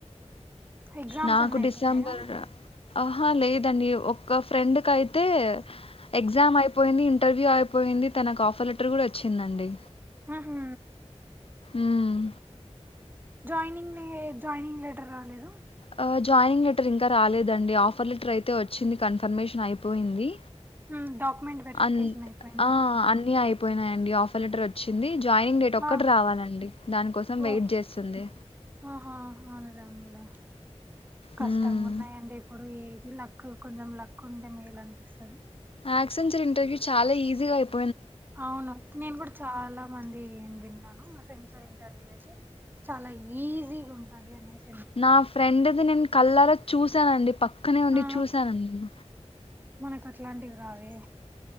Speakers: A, on the right; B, on the left.
A: ఎగ్జామ్స్
B: నాకు
A: అన్ని అయిపోయినాయా
B: డిసెంబర్ ఆహా లేదండి ఒక్క ఫ్రెండ్ కైతే ఎగ్జామ్ అయిప్ పోయింది ఇంటర్వ్యూ అయిపోయింది తనకు ఆఫర్ లెటర్ కూడా వచ్చిందండి
A: ఆహా
B: ఉమ్
A: జాయినింగ్ జాయినింగ్ లెటర్ రాలేద్ద్
B: ఆ! జాయినింగ్ లెటర్ ఇంకా రాలేదండి ఆఫర్ లెటర్ అయితే వచ్చింది కన్ఫర్మేషన్ అయిపోయింది
A: హ్మ్. డాక్యుమెంట్ వెరిఫికేషన్
B: అన్
A: అయిపోయింది
B: ఆ అన్ని అయిపోయినయండి ఆఫర్ లెటర్ వచ్చింది జాయినింగ్ డేట్ ఒక్క
A: ఆ!
B: రావాలండి దానికోసం వెయిట్
A: ఓకే
B: చేస్తుంది
A: ఆహా అనలే అనలే కష్టంగా
B: హ్మ్.
A: ఉన్నాయండి ఇప్పుడు ఏది ల కు కొంచెం లక్ ఉంటే మేలు అనిపిస్తుంది
B: ఆక్సెన్ంచర్ ఇంటర్వ్యూ చాలా ఈజీగాయిపో
A: అవును నేను కూడా చాలా మంది ఏం విన్నాను అసలు ఇంటర్వూ అయితే చాలా ఈజీగా ఉంటంది అనేస్
B: నా ఫ్రెండ్ది నేను కళ్లార చూశానండి పక్కనే ఉండి
A: ఆ
B: చూశానండి న
A: మనకు అట్లాంటివి రావే